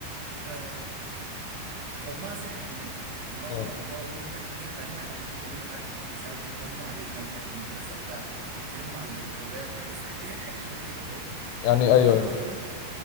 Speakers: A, on the right; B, on the left.
A: ف فامها سرحت عننا امها
B: مم.
A: امها وامي تقريبا سرحت عننا كانوا بيكلموا حد بيسالوا بيطمنوا علينا مش عارف في المدرسه بتاع بيكلموا على البواب حاجه يعني حاجه شبه كده فاهم
B: <coughs> يعني
A: فمره
B: أيوه أيوه.
A: واحده